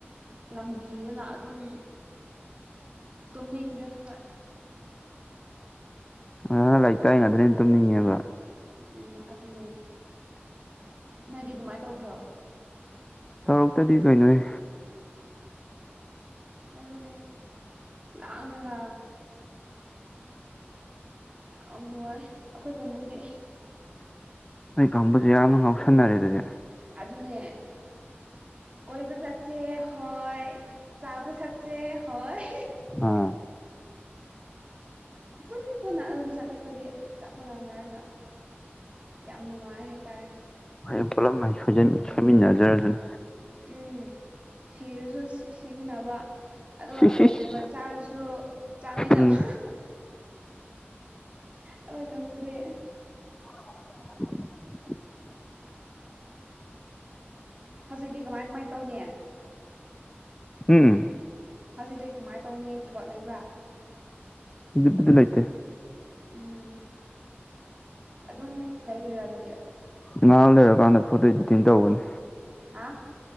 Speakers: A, on the right (about 30°); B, on the left (about 15°).
A: ꯂꯝꯕꯤꯗꯅ ꯑꯗꯨꯝ ꯇꯨꯝꯅꯤꯡꯗ꯭ꯔꯦ ꯍꯣꯏ
B: ꯑꯣ ꯂꯥꯏꯔꯤꯛ ꯇꯥꯏꯉꯗꯅ ꯑꯩꯅ ꯇꯨꯝꯅꯤꯡꯉꯦꯕ
A: ꯎꯝ ꯑꯗꯨꯅꯦ ꯅꯣꯏꯗꯤ ꯑꯗꯨꯃꯥꯏꯅ ꯇꯧꯗ꯭ꯔꯣ
B: ꯇꯧꯔꯛꯇꯗꯤ ꯀꯩ ꯅꯣꯍꯦ
A: ꯑꯗꯨꯅꯦ ꯂꯥꯡꯔꯒ ꯌꯥꯝ ꯅꯨꯡꯉꯥꯏ ꯑꯩꯈꯣꯏ ꯀꯥꯡꯕꯨꯨꯗꯤ
B: ꯅꯣꯏ ꯀꯥꯡꯕꯨꯁꯦ ꯌꯥꯝꯅ ꯉꯥꯎꯁꯟꯅꯔꯦ ꯑꯗꯨꯗꯤ
A: ꯑꯗꯨꯅꯦ ꯀꯣꯏꯕ ꯆꯠꯁꯦ ꯍꯣꯏ ꯆꯥꯕ ꯆꯠꯁꯦ ꯍꯣꯏ
B: ꯑꯥ
A: ꯄꯨꯟ ꯄꯨꯟꯅ ꯑꯗꯨꯝ ꯆꯠꯂꯦ ꯑꯩꯈꯣꯏꯗꯤ ꯆꯞ ꯃꯥꯟꯅꯅ ꯍꯥꯏꯔꯒ ꯌꯥꯝ ꯅꯨꯡꯉꯥꯏ ꯍꯥꯏꯇꯥꯔꯦ
B: ꯍꯣꯏ ꯄꯨꯂꯂꯝ ꯁꯣꯏ ꯁꯣꯏꯃꯤꯟꯅꯖꯔꯅꯤ
A: ꯎꯝ ꯁꯤꯔꯁꯨ ꯁꯤ ꯁꯤꯃꯤꯟꯅꯕ ꯑꯗꯨꯒ
B: ꯁꯤꯁ
A: ꯕꯦꯛ
B: ꯏꯁ
A: ꯄꯦꯄꯔ ꯆꯥꯔꯁꯨ ꯆꯥꯃꯤꯟꯅꯕ
B: ꯎꯝ
A: ꯑꯩꯈꯣꯏ ꯀꯪꯒꯨꯗꯤ
B: <inaudible>
A: <inaudible> ꯍꯧꯖꯤꯛꯇꯤ ꯀꯃꯥꯏ ꯀꯃꯥꯏꯅ ꯇꯧꯅꯤ
B: ꯍꯨꯝ
A: ꯍꯧꯖꯤꯛꯗꯤ ꯀꯃꯥꯏꯅ ꯇꯧꯅꯤ ꯊꯕꯛ ꯂꯩꯕ꯭ꯔꯥ
B: ꯍꯧꯖꯤꯛꯄꯨꯗꯤ ꯂꯩꯇꯦ
A: ꯎꯝ ꯑꯗꯨꯝ ꯂꯩꯔꯣꯏꯔꯥ ꯑꯗꯨꯗꯤ
B: ꯉꯥ ꯂꯩꯔꯀꯥꯟꯗ ꯐꯣꯇꯣ ꯏꯗꯤꯇꯤꯡ ꯇꯧꯕꯅꯤ
A: ꯍꯥꯥ